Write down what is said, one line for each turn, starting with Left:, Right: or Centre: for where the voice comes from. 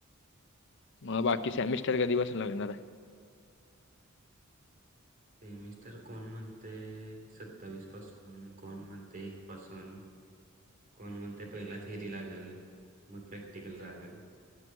Left: मग बाकी सेमिस्टर कधी पासन लागणार आहे?
Right: सेमिस्टर कोण म्हणते सत्तावीस पासून, कोण म्हणते एक पासून कोण म्हणतय पहिला थिअरी लागल मग प्रॅक्टिकल लागल.